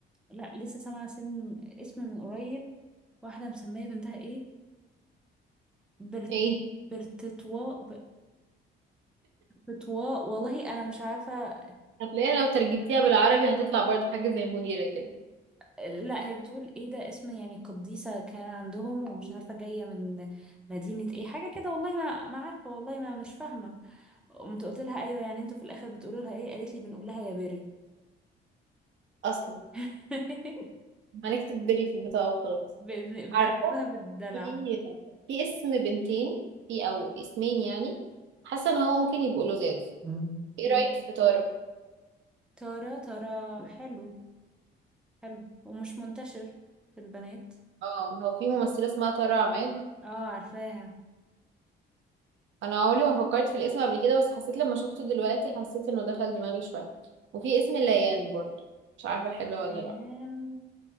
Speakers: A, in the centre; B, on the right.
A: لا لسه سامعه سن اسم من قريب واحده مسميه بنتها ايه برت...
B: ايه
A: برتتوا فتوى والله انا مش عارفه
B: هتلاقيها لو ترجمتيها بالعربي هتطلع برضو حاجة زي منيرة كده
A: لا هي بتقول ايه ده اسم يعني قديسه كان عندهم ومش عارفه جايه من مدينه ايه حاجه كده والله ما ما عارفه والله ما مش فاهمه قمت قلت لها ايوه يعني انتوا في الاخر بتقولوا لها ايه قالت لي بنقول لها يا بري
B: أصلا
A: <laughs>
B: هنكتب بري في البتاع وخلاص
A: بن-
B: عارفة
A: بتكتبها بالدلع
B: في في اسم بنتين في أو اسمين يعني حاسة إن هو ممكن يبقوا لزاز
A: مم.
B: ايه
A: ايه
B: رأيك في تارة؟
A: ترى ترى حلو حلو ومش منتشر في البنات
B: اه هو في ممثلة اسمها تارة عماد
A: اه عارفاها
B: أنا عمري ما فكرت في الاسم قبل كده بس حسيت لما شفته دلوقتي حسيت إنه دخل دماغي شوية وفي اسم ليان برضو مش عارفة حلو ولا
A: ايام
B: لأ